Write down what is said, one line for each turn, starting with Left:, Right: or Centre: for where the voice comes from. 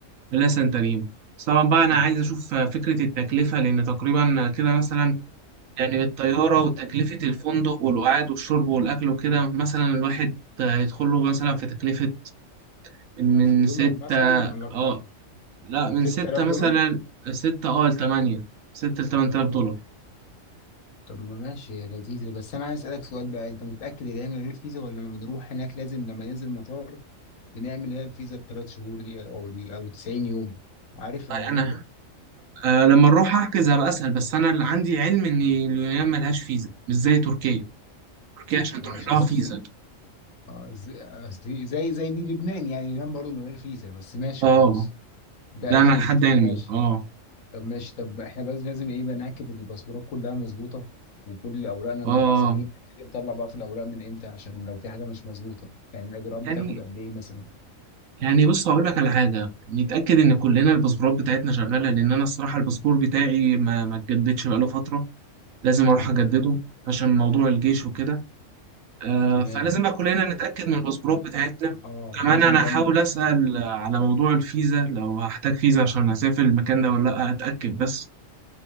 Right: خليها سانتارينو بس طبعا بقى انا
Left: طب
Right: عايز اشوف فكرة التكلفة لان تقريبا كده مثلا يعني بالطيارة وتكلفة الفندق والقعد والشرب والاكل وكده مثلا الواحد هيدخل له مثلا في تكلفة من
Left: ألف
Right: من
Left: دولار
Right: ستة
Left: مثلا ولا أكتر؟
Right: اه لا من
Left: ستة
Right: ستة
Left: آلاف
Right: مثلا
Left: دولار؟
Right: ستة اه لتمانية ستة لتمن تلاف دولار
Left: طب ما ماشي يا لذيذة بس أنا عايز أسألك سؤال بقى أنت متأكد إن هي من غير فيزا ولا لما بنروح هناك لازم لما ننزل المطار بنعمل اللي هي الفيزا التلات شهور دي أو أو 90 يوم عارف الموضوع
Right: انا
Left: ده؟
Right: أه لما نروح احجز هبقى اسال بس انا اللي عندي علم ان اليونان ملهاش فيزا مش زي تركيا تركيا عشان
Left: ماشي
Right: تروح لها
Left: أصل
Right: فيزا
Left: في آه زي أصل في- زي زي دي لبنان يعني لبنان برضه من غير فيزا بس ماشي
Right: اه
Left: خلاص ده
Right: لا
Left: أكيد
Right: انا لحد
Left: طب
Right: علمي
Left: ماشي
Right: اه
Left: طب ماشي طب احنا بس لازم ايه بقى ناكد ان الباسبورات كلها مظبوطه وكل اوراقنا
Right: اه
Left: مقصرين نبتدي نطلع بقى في الاوراق من امتى عشان لو في حاجه مش مظبوطه يعني الاجراءات بتاخد
Right: يعني
Left: قد ايه مثلا
Right: يعني بص هقول لك على حاجه نتاكد ان كلنا الباسبورات بتاعتنا شغاله لان انا الصراحه الباسبور بتاعي ما ما اتجددش بقاله فتره لازم
Left: مم.
Right: اروح اجدده عشان موضوع الجيش وكده آه
Left: تمام
Right: فلازم بقى كلنا نتاكد من الباسبورات بتاعتنا
Left: اه
Right: كمان
Left: لازم
Right: انا
Left: بقى
Right: هحاول
Left: ن-
Right: اسال على موضوع الفيزا لو هحتاج فيزا عشان اسافر المكان ده ولا لا اتاكد بس